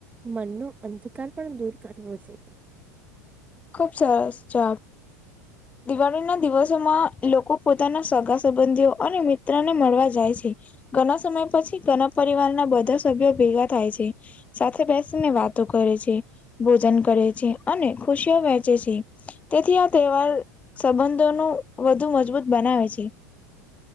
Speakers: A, on the right; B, on the left.
A: મનનો અંધકાર પણ દૂર કરવો જોઈએ
B: ખૂબ સરસ જોબ દિવાળી ના દિવસોમાં લોકો પોતાના સગા સંબંધીઓ અને મિત્રને મળવા જાય છે ઘણા સમય પછી ઘણા પરિવારના બધા સભ્યો ભેગા થાય છે સાથે બેસીને વાતો કરે છે ભોજન કરે છે અને ખુશીઓ વહેંચે છે તેથી આ તહેવાર સંબંધોનું વધુ મજબૂત બનાવે છે